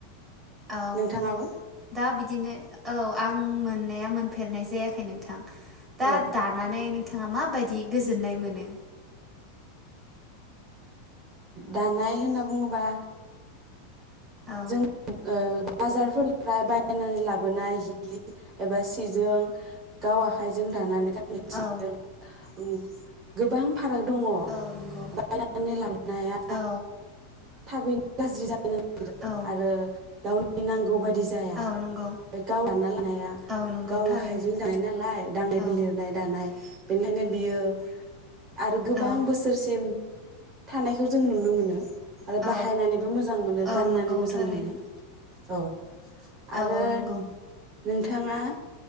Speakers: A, on the right; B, on the right.
A: औ
B: नोंथाङाबो
A: दा बि दिनो औ आं मोननाया मोनफेरनाय जायाखै नोंथां। दा
B: औ
A: दानानै नोंथाङा माबायदि गोजोननाय मोनो।
B: दानाय होनना बुङोबा।
A: औ
B: जों ओ बाजारफोरनिफ्राय बायनानै लाबोनाय हि एबा सिजों गाव आखायजों दानानै <unintelligible>
A: औ
B: ओं गोबां फाराग दङ
A: औ नंगौ
B: बायनानै लाबोनाया
A: औ
B: थाबैनो गाज्रि जानो नागिरो
A: औ
B: आरो नांगौ बायदि जाया ओमफ्राय
A: औ नंगौ
B: गाव दाना लानाया
A: औ नंगौ
B: गावनि
A: थारैनो
B: आखाइजों दानाय नालाय दांनाय
A: औ
B: बिलिरनाय दानाय बेनिखायनो बियो आरो गोबां
A: औ
B: बोसोरसिम थानायखौ जों नुनो मोनो आरो
A: औ
B: बाहायनानैबो मोजां मोजां मोनो
A: औ
B: गाननानै
A: नंगौ
B: मोजां
A: थारैनो
B: मोनो औ
A: औ
B: आरो
A: औ नंगौ
B: नोंथाङा